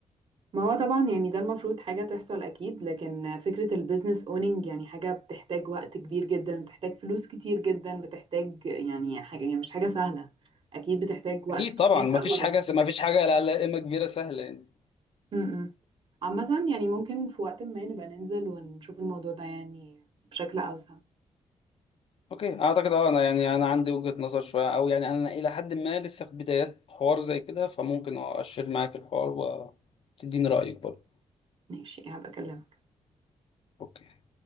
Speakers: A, on the right (about 50°); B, on the left (about 55°).
A: ما هو طبعا يعني ده المفروض حاجة تحصل أكيد لكن فكرة البيزنس اونينج يعني حاجة بتحتاج وقت كبير جدا بتحتاج فلوس كتير جدا بتحتاج يعني حاجة يعني مش حاجة سهلة أكيد بتحتاج وقت
B: اكيد
A: طويل
B: طبعا ما
A: أوي
B: فيش حاجه ما فيش حاجه لا لائمه كبيره سهله يعني
A: امم عامة يعني ممكن في وقت ما نبقى ننزل ونشوف الموضوع ده يعني بشكل أوسع
B: اوكي اعتقد اه انا يعني انا عندي وجهه نظر شويه او يعني انا الى حد ما لسه في بدايات حوار زي كده فممكن اشير معاك الحوار وتديني رايك برضو
A: ماشي هبقى أكلمك
B: اوكي